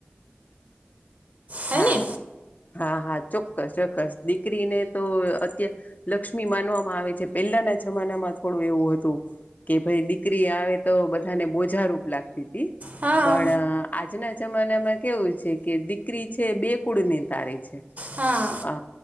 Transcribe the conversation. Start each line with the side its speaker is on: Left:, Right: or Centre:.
Right: હે
Left: હા
Right: ને
Left: હા હા ચોક્કસ ચોક્કસ દીકરીને તો અત. લક્ષ્મી માનવામાં આવે છે પેલાના જમાનામાં થોડું એવું હતું કે ભાઈ દીકરી આવે તો બધાને બોજા રૂપ લાગતી હતીી.
Right: હા
Left: પણ આજના જમાનામાં કેવું છે કે. દીકરી છે બે કુડ ને તારે છે.
Right: હા
Left: અ